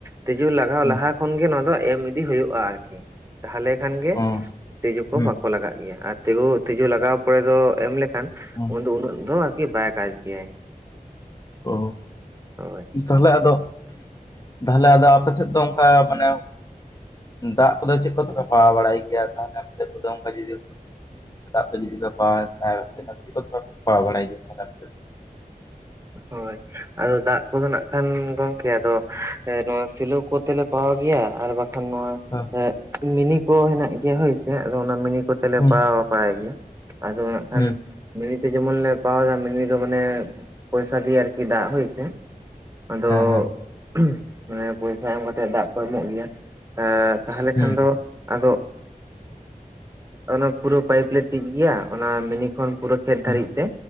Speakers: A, on the right; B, on the left.
A: ᱛᱤᱡᱩ ᱞᱟᱜᱟᱣ
B: ᱦᱩᱸ
A: ᱞᱟᱦᱟ ᱠᱷᱚᱱ ᱜᱮ ᱱᱚᱣᱟ ᱫᱚ ᱮᱢ ᱤᱫᱤ ᱦᱩᱭᱩᱜᱼᱟ ᱟᱨᱠᱤ। ᱛᱟᱦᱚᱞᱮ ᱠᱷᱟᱱ ᱜᱮ
B: ᱚ
A: ᱛᱤᱡᱩ ᱠᱚ
B: ᱦᱩᱸ
A: ᱵᱟᱠᱚ ᱞᱟᱜᱟᱜ ᱜᱮᱭᱟ ᱟᱨ ᱛᱤᱜᱩ ᱛᱤᱡᱩ ᱞᱟᱜᱟᱣ ᱯᱚᱨᱮ ᱫᱚ ᱮᱢ ᱞᱮᱠᱷᱟᱱ
B: ᱦᱩᱸ
A: ᱩᱱ ᱫᱚ ᱩᱱᱟᱹᱜ ᱫᱚ ᱟᱨᱠᱤ ᱵᱟᱭ ᱠᱟᱡ ᱜᱮᱭᱟᱭ।
B: ᱚ
A: ᱦᱳᱭ
B: ᱛᱟᱦᱚᱞᱮ ᱟᱫᱚ ᱛᱟᱦᱚᱞᱮ ᱟᱫᱚ ᱟᱯᱮ ᱥᱮᱫ ᱫᱚ ᱚᱱᱠᱟ ᱢᱟᱱᱮ ᱫᱟᱜ ᱠᱚᱫᱚ ᱪᱮᱫ ᱠᱚᱛᱮ ᱯᱮ ᱯᱟᱲᱟᱣ ᱵᱟᱲᱟᱭ ᱜᱮᱭᱟ ᱛᱟᱦᱚᱞᱮ ᱟᱯᱮ ᱠᱚᱫᱚ ᱚᱱᱠᱟ ᱡᱩᱫᱤ ᱯᱮ ᱡᱩᱫᱤ <inaudible> ᱯᱟᱲᱟᱭ ᱵᱟᱲᱟᱭ ᱜᱮᱭᱟ?
A: ᱦᱳᱭ ᱟᱫᱚ ᱫᱟᱜ ᱠᱚᱫᱚ ᱱᱟᱜ ᱠᱷᱟᱱ ᱜᱚᱝ ᱠᱮ ᱟᱫᱚ ᱱᱚᱭᱟ ᱥᱮᱞᱳ ᱠᱚᱛᱮ ᱞᱮ ᱯᱟᱲᱟᱭ ᱜᱮᱭᱟ ᱟᱨ ᱵᱟᱠᱷᱟᱱ ᱱᱚᱣᱟ
B: <inaudible>
A: ᱢᱤᱱᱤ ᱠᱚ ᱦᱮᱱᱟᱜ ᱜᱮᱭᱟ ᱦᱳᱭᱥᱮ ᱟᱫᱚ ᱚᱱᱟ ᱢᱤᱱᱤ ᱠᱚᱛᱮ ᱞᱮ
B: ᱦᱩᱸ
A: ᱯᱟᱲᱟ ᱯᱟᱭᱟᱭ ᱜᱮᱭᱟ᱾ ᱟᱫᱚ ᱱᱟᱜ ᱠᱷᱟᱱ
B: ᱦᱮᱸ
A: ᱢᱤᱱᱤ ᱛᱮ ᱡᱮᱢᱚᱱ ᱞᱮ ᱯᱟᱣᱭᱟᱶᱫᱟ ᱢᱱᱤ ᱫᱚ ᱢᱟᱱᱮ ᱯᱚᱭᱥᱟ ᱫᱤᱭᱮ ᱟᱨᱠᱤ ᱫᱟᱜ ᱦᱩᱭ ᱥᱮ, ᱟᱫᱚ
B: ᱦᱮᱸ
A: ᱢᱟᱱᱮ ᱯᱚᱭᱥᱟ ᱮᱢ ᱠᱟᱛᱮᱜ ᱫᱟᱜ ᱠᱚ ᱮᱢᱚᱜ ᱜᱮᱭᱟ, ᱛᱟᱦᱞᱮ
B: ᱦᱩᱸ
A: ᱠᱷᱟᱱ ᱫᱚ, ᱟᱫᱚ ᱚᱱᱟ ᱯᱩᱨᱟᱹ ᱯᱟᱭᱤᱯ ᱞᱮ ᱛᱤᱡ ᱜᱮᱭᱟ ᱚᱱᱟ ᱢᱤᱱᱤ ᱠᱷᱚᱱ ᱯᱩᱨᱟᱹ ᱠᱷᱮᱛ ᱫᱷᱟᱹᱨᱤᱡ
B: ᱦᱩᱸ
A: ᱛᱮ,